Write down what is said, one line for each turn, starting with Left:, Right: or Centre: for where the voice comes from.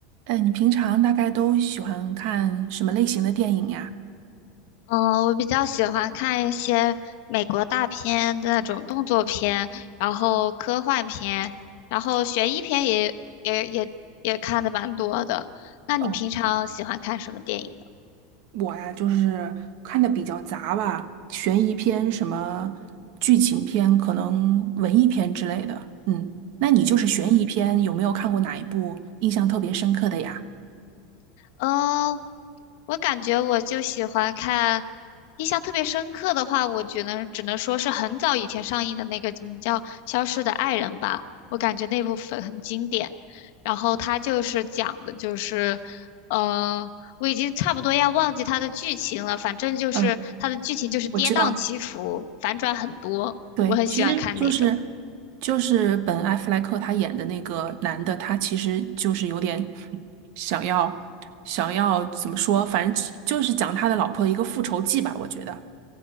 Right: 哎，你平常大概都喜欢看什么类型的电影呀？
Left: 嗯，我比较喜欢看一些美国大片的那种动作片，然后科幻片，然后悬疑片也也也也看的蛮多的。那你平常喜欢看什么电影呢？
Right: 哦，我呀，就是看的比较杂吧，悬疑片、什么剧情片，可能文艺片之类的。嗯，那你就是悬疑片，
Left: 嗯。
Right: 有没有看过哪一部印象特别深刻的呀？
Left: 嗯，我感觉我就喜欢看，印象特别深刻的话，我觉得只能说是很早以前上映的那个怎么叫《消失的爱人》吧，我感觉那部分很经典。然后它就是讲的就是，嗯，我已经差不多要忘记它的剧情了，反正就是它的剧情就是跌宕起伏，
Right: 嗯，我知道。
Left: 反转很多，
Right: 对，
Left: 我很喜欢看那种。
Right: 其实就是就是本·艾弗莱克他演的那个男的，他其实就是有点想要想要怎么说，反正其就是讲他的老婆的一个复仇记吧，我觉得。